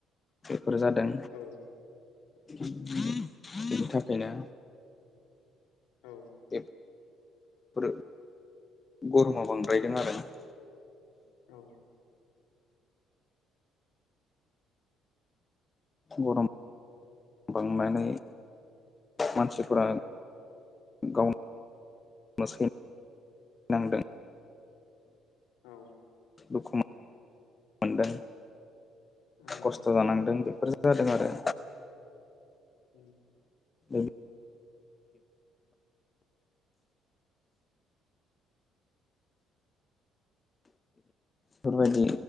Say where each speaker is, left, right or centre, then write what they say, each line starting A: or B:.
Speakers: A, on the left; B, on the left.
A: फोर जादों
B: औ
A: बेनि थाखायनो
B: औ
A: बे फोर गरमा बांद्रायदों आरो <inaudible>
B: औ
A: गरम बांनानै मानसिफोरा
B: औ
A: गाव मोसं नांदों
B: औ
A: दुखु मोन मोनदों
B: उम
A: खस्थ' जानांदों बेफोरजों जादों आरो
B: उम
A: औ बायदि